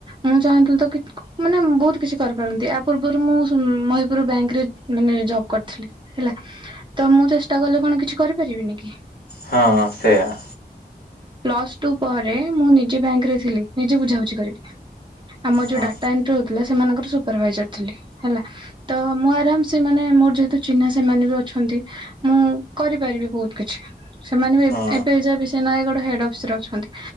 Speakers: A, on the right; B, on the left.
A: ମୁଁ ଚାହିଥିଲି ତ କି ମାନେ ବହୁତ କିଛି କରିପାରନ୍ତି। ଆ ପୂର୍ବରୁ ମୁଁ ମହିପୁରୁ ବ୍ୟାଙ୍କ ରେ ମାନେ ଜବ୍ କରିଥିଲି ହେଲା। ତ ମୁଁ ଚେଷ୍ଟା କଲେ କଣ କିଛି କରିପାରିବିିନି କି।
B: ହଁ ସେଇୟା।
A: ପ୍ଲସ ଟୁ ପରେ ମୁଁ ନିଜେ ବ୍ୟାଙ୍କରେ ଥିଲି ନିଜେ ବୁଝାବୁଝି କରିକି। ଆମର ଯୋଉ
B: ହଁ
A: ଡାଟା ଏଣ୍ଟ୍ରି ହଉଥିଲା ସେମାନଙ୍କର ସୁପରଭାଇଜର ଥିଲି ହେଲା। ତ ମୁଁ ଆରାମ ସେ ମାନେ ମୋର ଯେହେତୁ ଚିହ୍ନା ସେମାନେ ବି ଅଛନ୍ତି। ମୁଁ କରିପାରିବି ବହୁତ କିଛି ସେମାନେ ବି
B: ହଁ
A: ଏବେ ଯା ବି ସେ ନୟାଗଡ଼ ହେଡ୍ ଅଫିସ ରେ ଅଛନ୍ତି।